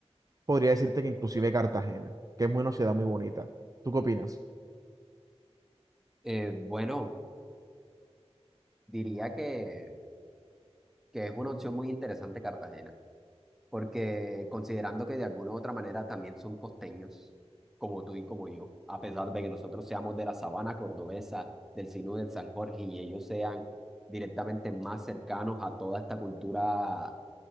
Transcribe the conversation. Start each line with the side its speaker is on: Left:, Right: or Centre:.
Right: podría decirte que inclusive Cartagena, que es una ciudad muy bonita. ¿Tú qué opinas?
Centre: Eh, bueno, diría que, que es una opción muy interesante Cartagena. porque considerando que de alguna u otra manera también son costeños, como tú y como yo, a pesar de que nosotros seamos de la sabana cordobesa, del Sinú del San Jorge, y ellos sean directamente más cercanos a toda esta cultura